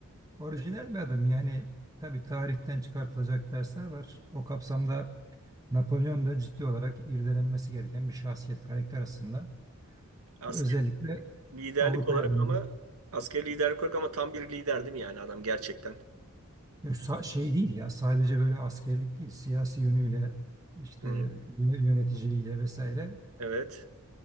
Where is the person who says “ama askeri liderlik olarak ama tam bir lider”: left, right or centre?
Right